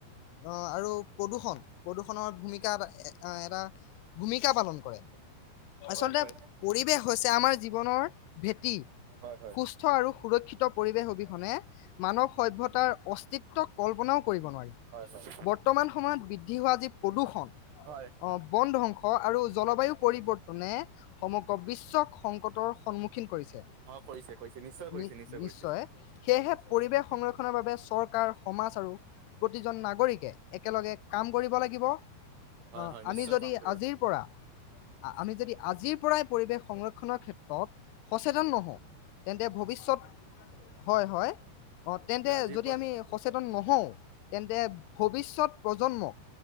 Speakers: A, on the left (about 80°); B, on the right (about 65°).
A: অঁ আৰু প্ৰদূষণ প্ৰদূষণৰ ভূমিকাত এ অ এটা <unintelligible> ভূমিকা পালন কৰে। আচলতে
B: হয় হয় হয়
A: পৰিৱেশ হৈছে আমাৰ জীৱনৰ ভেটি,
B: হয় হয়
A: সুস্থ আৰু সুৰক্ষিত পৰিৱেশ অবিহনে মানৱ সভ্যতাৰ অস্তিত্বক কল্পনাও কৰিব নোৱাৰি।
B: হয়
A: বৰ্তমান সময়ত বিদ আজি প্ৰদূষণ।
B: হয়
A: অঁ বন ধংস আৰু জলবায়ু পৰিৱৰ্তনে সমগ্ৰ বিশ্বক সংকটৰ সন্মুখ সন্মখীন কৰিছে।
B: হয় কৰিছে কৰিছে নিশ্চয় কৰিছে
A: নি-নিশ্চয়,
B: নিশ্চয় কৰিছে
A: সেয়েহে পৰিৱেশ সংৰক্ষণ সংৰক্ষণ বাবে চ চৰকাৰ সমাজ আৰু প্ৰতিজন নাগৰিকে একেলগে কাম কৰিব লাগিব। হয়',
B: হয়
A: অঁ
B: হয় নিশ্চয়
A: আমি যদি
B: কাম কৰিব
A: আজিৰ পৰা, হয়', অ', আমি যদি আজিৰ পৰাই পৰিৱেশ সংৰক্ষণৰ ক্ষেত্ৰত সচেতন নহওঁ, তেন্তে ভবিষ্যত, হয়', আজিৰ পৰা হ'ব লাগিব, হয়-হয় তেন্তে
B: লাগিব আজিৰ
A: যদি
B: পৰা
A: আমি সচেতন নহওঁ, তেন্তে ভৱিষ্যত প্ৰ প্ৰজন্মক,